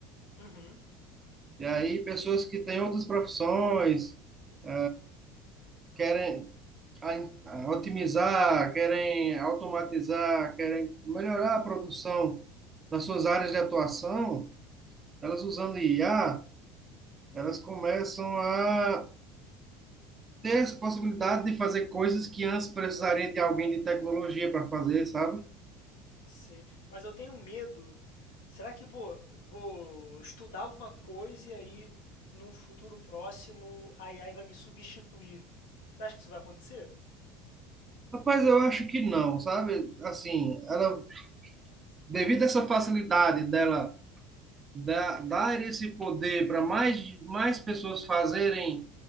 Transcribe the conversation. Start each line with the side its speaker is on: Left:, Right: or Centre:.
Left: Uhum,
Right: E aí, pessoas que têm outras profissões, é, querem a- a otimizar, querem automatizar, querem melhorar a produção nas suas áreas de atuação, elas usando IA. Elas começam a ter essa possibilidade de fazer coisas que antes precisaria de alguém de tecnologia para fazer, sabe?
Left: sei. Mas eu tenho um medo. Será que, pô, vou estudar alguma coisa e aí num futuro próximo a AI vai me substituir? Você acha que isso vai acontecer?
Right: Rapaz, eu acho que não, sabe? Assim, ela, devido a essa facilidade dela da- dar esse poder para mais, mais pessoas fazerem